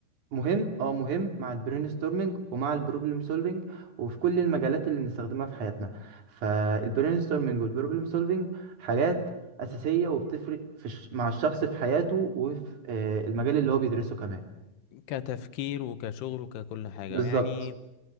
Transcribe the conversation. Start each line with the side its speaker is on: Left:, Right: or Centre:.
Right: مهم اه مهم مع البرين ستورمنج ومع البروبلم سولفنج وفي كل المجالات اللي بنستخدمها في حياتنا فالبرين ستورمنج والبروبلم سولفنج حاجات أساسية وبتفرق في الش... مع الشخص في حياته وفي آه، المجال اللي هو بيدرسه كمان
Left: كتفكير وكشغل وككل حاجه
Right: بالظبط
Left: يعني